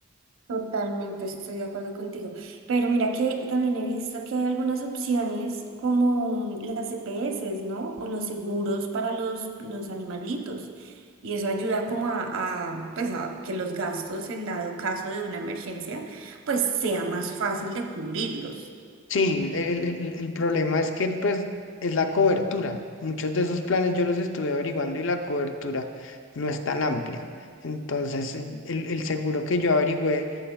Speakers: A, on the right; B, on the left.
A: Totalmente, estoy de acuerdo contigo. Pero mira que también he visto que hay algunas opciones como las EPS, ¿no? O los seguros para los, los animalitos. Y eso ayuda como a, a, pues a que los gastos en dado caso de una emergencia, pues sea más fácil de cubrirlos.
B: Sí, el, el- el problema es que pues es la cobertura. Muchos de esos planes yo los estuve averiguando y la cobertura no es tan amplia. Entonces, eh, el, el seguro que yo averigüé